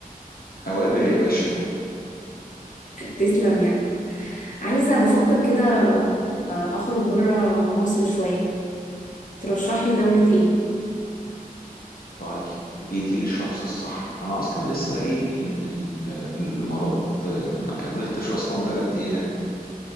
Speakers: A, on the left (about 80°); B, on the left (about 55°).
A: أوامر يا باشا
B: تسلم يعني عايزه بفكر كده آه، اخرج بره مصر شويه ترشح لي دوله ايه
A: طيب جيتي للشخص الصح أنا أصلا لسه جاي من ال- من الإمارات آه، ما كملتش أصلا تلات أيام